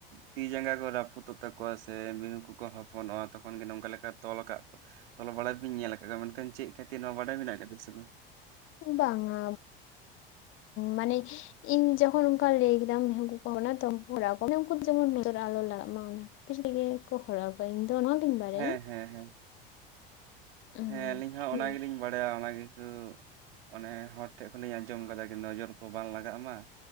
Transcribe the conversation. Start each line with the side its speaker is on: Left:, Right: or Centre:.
Right: ᱛᱤ ᱡᱟᱸᱜᱟ ᱠᱚ ᱨᱟᱹᱯᱩᱫᱚᱜ ᱛᱟᱠᱚᱣᱟ ᱥᱮ ᱢᱤᱸᱦᱩ ᱠᱚᱠᱚ ᱦᱚᱯᱚᱱᱚᱜᱼᱟ ᱛᱚᱠᱷᱚᱱ ᱜᱮ ᱱᱚᱝᱠᱟ ᱞᱮᱠᱟ ᱛᱚᱞ ᱠᱟᱜ ᱛᱚᱞ ᱵᱟᱲᱟ ᱵᱤᱱ ᱧᱮᱞ ᱠᱟᱜ ᱠᱚ ᱢᱮᱱᱠᱷᱟᱱ ᱪᱮᱫ ᱠᱷᱟᱹᱛᱤᱨ ᱱᱚᱣᱟ ᱵᱟᱰᱟᱭ ᱢᱮᱱᱟ ᱠᱟᱫᱟ ᱥᱮ ᱵᱟᱝ
Left: ᱵᱟᱝᱟ ᱢᱟᱱᱮ ᱤᱧ ᱡᱚᱠᱷᱚᱱ ᱚᱱᱠᱟ ᱞᱟᱹᱭ ᱠᱮᱫᱟᱢ ᱢᱮᱸᱦᱩ ᱠᱚᱠᱚ <unintelligible> ᱛᱚ ᱩᱱ ᱫᱚ ᱡᱮᱢᱚᱱ ᱱᱚᱡᱚᱨ ᱟᱞᱚ ᱞᱟᱜᱟᱜ ᱢᱟ ᱚᱱᱟ᱾ ᱛᱤᱥ ᱛᱮᱜᱮ ᱠᱚ ᱦᱚᱲᱚᱜᱼᱟ ᱤᱧ ᱫᱚ ᱱᱚᱣᱟ ᱜᱤᱧ ᱵᱟᱲᱟᱭᱟ᱾
Right: ᱦᱮᱸ ᱦᱮᱸ ᱦᱮᱸ
Left: ᱩᱸ
Right: ᱦᱮᱸ ᱟᱞᱤᱧ ᱦᱚᱸ
Left: ᱦᱩᱸ
Right: ᱚᱱᱟ ᱜᱮᱞᱤᱧ ᱵᱟᱲᱟᱭᱟ ᱚᱱᱟ ᱜᱮᱠᱚ ᱢᱟᱱᱮ ᱦᱚᱲ ᱴᱷᱮᱡ ᱠᱷᱚᱱ ᱞᱤᱧ ᱟᱸᱡᱚᱢ ᱠᱟᱫᱟ ᱠᱤ ᱱᱚᱡᱚᱨ ᱠᱚ ᱵᱟᱝ ᱞᱟᱜᱟᱜ ᱢᱟ᱾